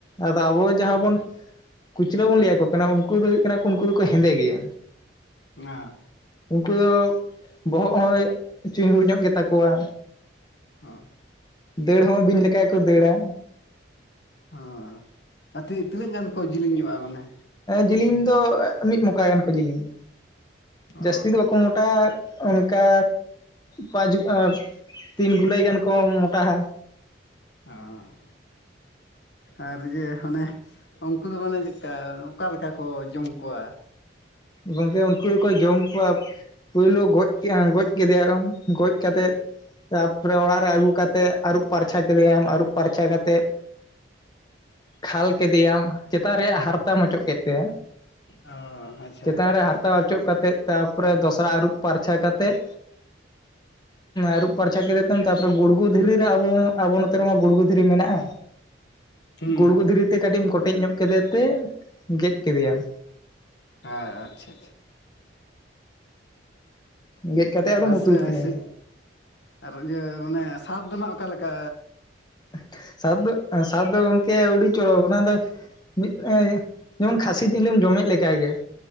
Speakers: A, on the left; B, on the left.
A: ᱟᱫᱚ ᱟᱵᱚ ᱡᱟᱦᱟᱸ
B: ᱦᱩᱸ
A: ᱵᱚᱱ, ᱠᱩᱪᱞᱟᱹ ᱵᱚᱱ ᱞᱟᱹᱭᱟᱠᱚ ᱠᱟᱱᱟ ᱩᱱᱠᱩ ᱫᱚ ᱦᱩᱭᱩᱜ ᱠᱟᱱᱟ ᱠᱚ ᱩᱱᱠᱩ ᱫᱚᱠᱚ ᱦᱮᱸᱫᱮ ᱜᱮᱭᱟ᱾
B: <inaudible>
A: ᱩᱱᱠᱩ ᱫᱚ ᱵᱚᱦᱚᱜ ᱦᱚᱸ ᱪᱩᱦᱩᱲ ᱧᱚᱜ ᱜᱮᱛᱟ ᱠᱚᱣᱟ᱾
B: ᱚ,
A: ᱫᱟᱹᱲ ᱦᱚᱸ ᱵᱤᱧ ᱞᱮᱠᱟ ᱜᱮ ᱠᱚ ᱫᱟᱹᱲᱟ᱾
B: ᱚ, ᱟᱛᱤᱜ ᱛᱤᱱᱟᱹᱜ ᱜᱟᱱ ᱠᱚ ᱡᱤᱞᱤᱧ ᱧᱚᱜᱼᱟ ᱢᱟᱱᱮ,
A: ᱡᱤᱞᱤᱧ ᱫᱚ ᱢᱤᱫ ᱢᱚᱠᱟ ᱜᱟᱱ ᱠᱚ ᱡᱤᱞᱤᱧᱟ
B: ᱚ
A: ᱡᱟᱹᱥᱛᱤ ᱫᱚ ᱵᱟᱠᱚ ᱢᱚᱴᱟᱣᱟ᱾ ᱚᱱᱠᱟ ᱯᱟᱸᱪ ᱛᱤᱱ ᱜᱩᱞᱟᱹᱭ ᱜᱟᱱ ᱠᱚ ᱢᱚᱴᱟᱣᱟ᱾
B: ᱚᱸ, ᱟᱨ ᱤᱭᱟᱹ ᱦᱚᱱᱮ, ᱩᱱᱠᱩ ᱫᱚ ᱢᱟᱱᱮ ᱪᱮᱜᱠᱟ ᱚᱠᱟᱞᱮᱠᱟ ᱠᱚ ᱡᱚᱢ ᱠᱚᱣᱟ᱾
A: ᱜᱚᱝᱠᱮ ᱩᱱᱠᱩ ᱫᱚᱠᱚ ᱡᱚᱢ ᱠᱚᱣᱟ᱾ ᱯᱳᱭᱞᱳ ᱜᱚᱡ ᱜᱚᱡ ᱠᱮᱫᱮ ᱭᱟᱞᱚᱢ ᱜᱚᱡ ᱠᱟᱛᱮᱫ, ᱛᱟᱯᱚᱨᱮ ᱚᱲᱟᱜ ᱨᱮ ᱟᱹᱜᱩ ᱠᱟᱛᱮᱫ ᱟᱹᱨᱩᱵ ᱯᱟᱨᱪᱷᱟ ᱠᱮᱫᱮᱭᱟᱢ
B: ᱦᱮᱸ
A: ᱟᱹᱨᱩᱵ ᱯᱟᱨᱪᱟ ᱠᱟᱛᱮᱜ ᱠᱷᱟᱞ ᱠᱮᱫᱮᱭᱟᱢ᱾ ᱪᱮᱛᱟᱱ ᱨᱮᱭᱟᱜ ᱦᱟᱨᱛᱟᱢ ᱚᱪᱚᱜ ᱠᱮᱫ ᱛᱟᱭᱟ᱾
B: ᱚ, ᱟᱪᱪᱷᱟ
A: ᱪᱮᱛᱟᱱ ᱨᱮ ᱦᱟᱨᱛᱟ ᱚᱪᱚᱜ ᱠᱟᱛᱮᱫ ᱛᱟᱯᱚᱨᱮ ᱫᱚᱥᱨᱟ ᱟᱹᱨᱩᱵ ᱯᱟᱨᱪᱷᱟ ᱠᱟᱛᱮᱫ᱾ ᱟᱹᱨᱩᱵ ᱯᱟᱨᱪᱟ ᱠᱮᱫᱮ ᱛᱮᱢ ᱛᱟᱨᱯᱚᱨᱮ ᱜᱩᱲᱜᱩ ᱫᱷᱤᱨᱤ ᱨᱮ ᱟᱵᱚ ᱟᱵᱚ ᱱᱚᱛᱮ ᱨᱮᱢᱟ ᱜᱩᱲᱜᱩ ᱫᱷᱤᱨᱤ ᱢᱮᱱᱟᱜᱼᱟ᱾
B: ᱦᱩᱸ
A: ᱜᱩᱲᱜᱩ ᱫᱷᱤᱨᱤᱛᱮ ᱠᱟᱹᱴᱤᱡ ᱮᱢ ᱠᱚᱴᱮᱡ ᱧᱚᱜ ᱠᱮᱫᱮ ᱛᱮ ᱜᱮᱫ ᱠᱮᱫᱮᱭᱟᱢ᱾
B: <inaudible> ᱪᱷᱟ ᱪᱷᱟ,
A: ᱜᱮᱫ ᱠᱟᱛᱮᱫ ᱟᱫᱚᱢ
B: ᱟᱥᱮ
A: ᱩᱛᱩ
B: ᱟᱥᱤ
A: ᱠᱮᱫᱮᱭᱟ
B: ᱟᱨ ᱤᱭᱟᱹ ᱚᱱᱮ ᱥᱟᱵ ᱫᱚ ᱱᱷᱟᱸᱜ ᱚᱠᱟ ᱞᱮᱠᱟ,
A: ᱮᱦ ᱥᱟᱵ ᱫᱚ <unintelligible> ᱯᱟᱹᱦᱤᱞ ᱫᱚ ᱜᱚᱝᱠᱮ ᱩᱰᱤ ᱪᱚᱨᱚᱠ ᱚᱱᱟ ᱫᱚᱻ ᱢᱤᱫ ᱮᱻᱤᱭᱟᱹ ᱡᱮᱢᱚᱱ ᱠᱷᱟᱹᱥᱤ ᱡᱤᱞ ᱮᱢ ᱡᱚᱢᱮᱫ ᱞᱮᱠᱟ ᱜᱮ,